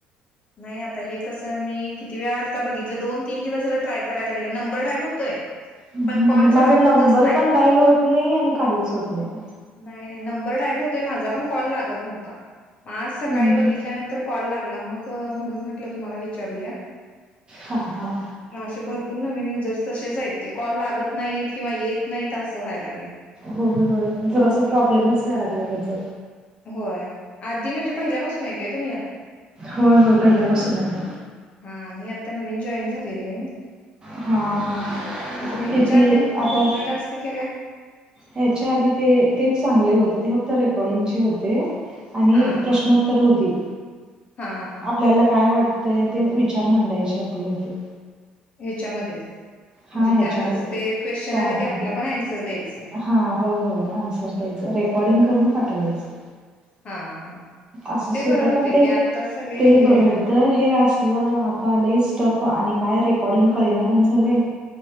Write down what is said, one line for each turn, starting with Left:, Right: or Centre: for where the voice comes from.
Left: नाही आता हे कसं मी किती वेळा आलता बघितलं दोन तीन दिवस झाल ट्राय कराय लागल नंबर डायल होतोय
Right: हम्म
Left: पण कॉलच्या
Right: माझा
Left: वेळी
Right: नंबर
Left: होतच नाही
Right: पण डाईल होत नाही आणि काहीच होत नाही.
Left: नाही नाही नंबर डायल होतोय माझा पण कॉल लागत नव्हता आज सकाळी
Right: हम्म.
Left: बघितल्यानंतर कॉल लागला म म्हणून म्हटलं तुम्हाला विचारूया
Right: हा हा
Left: म असे भरपूर नवीन युजर्स तसेच आहेत ते कॉल लागत नाहीत किंवा येत नाहीत असं व्हाय लागलय.
Right: होय होय जरासा प्रॉब्लेमच व्हाय लागलाय वाटत.
Left: होय आधी म्हणजे पहिल्यापासून आहे काय तुम्ही आत
Right: होय होय पहिल्यापासून आहे
Left: हा मी आता नवीन जॉईन झालेली आहे
Right: हा हा.
Left: मग तुम्ही ह्याच्या
Right: किती
Left: आधी आणि
Right: आता
Left: कुठला टास्क केलाय
Right: ह्याच्या आधी ते तेच चांगले होते ते फक्त रेकॉर्डिंगचे होते आणि
Left: हा
Right: प्रश्नोत्तर
Left: हा
Right: होती
Left: हा हा
Right: आपल्याला काय वाट तर ते विचार मांडायचे आपले होते
Left: ह्याच्यामध्येच म्हणजे
Right: हा ह्याच्यामध्ये
Left: त्यातच ते क्वेश्चन
Right: त्या
Left: आले
Right: आतमध्ये
Left: की आपला आपण अन्सर द्यायचं
Right: हा होय होय आन्सर द्यायचं रेकॉर्डिंग करून पाठवायचं.
Left: हा हा
Right: असच
Left: मग ते
Right: होतं
Left: बरं
Right: पण
Left: होते
Right: ते
Left: की आत्ताच सगळे
Right: ते
Left: हे यायला
Right: बरं होत
Left: लागलेत
Right: हे असलं आता स्टफ आणि काय रेकॉर्डिंग कळेना पण झालय.